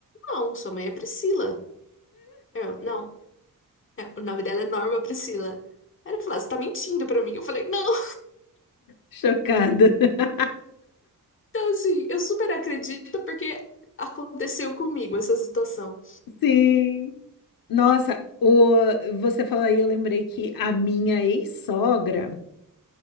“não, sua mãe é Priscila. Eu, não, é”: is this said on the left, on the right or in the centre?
Left